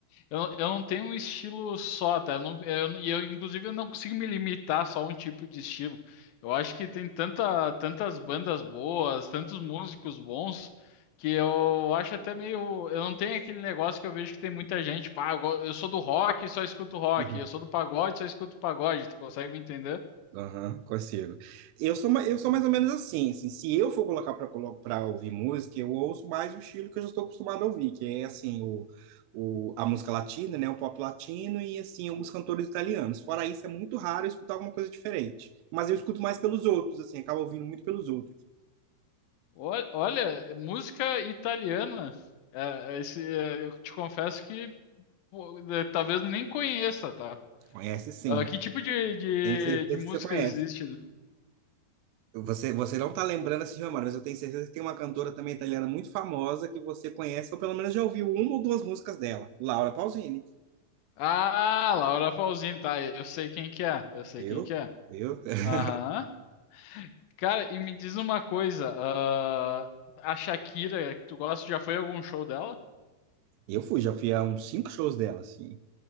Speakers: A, on the left; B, on the right.
A: eu, eu não tenho um estilo só, tá? Eu não, eu, não- e eu, inclusive, eu não consigo me limitar só a um tipo de estilo. Eu acho que tem tanta, tantas bandas boas, tantos músicos bons, que eu acho até meio. Eu não tenho aquele negócio que eu vejo que tem muita gente, pá, eu go- eu sou do rock e só escuto rock,
B: Uhum.
A: eu sou do pagode e só escuto pagode. Tu consegue me entender?
B: Aham, consigo. Eu sou, ma- eu sou mais ou menos assim, assim, se eu for colocar para para ouvir música, eu ouço mais o estilo que eu já estou acostumado a ouvir, que é assim, o, o, a música latina, né, o pop latino e assim, alguns cantores italianos. Fora isso, é muito raro eu escutar alguma coisa diferente. Mas eu escuto mais pelos outros, assim, acabo ouvindo muito pelos outros.
A: Ol- Olha, é música italiana. É, é, esse, é, eu te confesso que pô, é, talvez nem conheça, tá?
B: Conhece sim,
A: Ah, que tipo de, de,
B: tenho certeza
A: de música
B: que você conhece.
A: existe?
B: Você, você não está lembrando essa de memória, mas eu tenho certeza que tem uma cantora também italiana muito famosa que você conhece, ou pelo menos já ouviu uma ou duas músicas dela, Laura Pausini.
A: Ah, Laura Pausini, tá? Eu sei quem que é. Eu sei
B: Viu?
A: quem que é.
B: Viu? <laughs>
A: Aham. Cara, e me diz uma coisa. ah, a Shakira, que tu gosta, já foi a algum show dela?
B: Eu fui, já fui a uns cinco shows dela, assim.